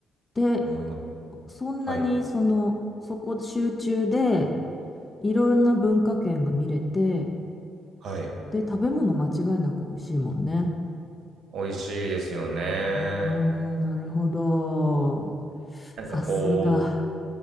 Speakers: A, on the left; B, on the right.
A: で、
B: 思います。
A: そんなに、
B: はい。
A: その、そこ集中で、いろんな文化圏が見れて、
B: はい。
A: で、食べ物間違いなく美味しいもんね。
B: 美味しいですよね。うん。
A: うーん、なるほど。
B: なんかこう
A: さすが。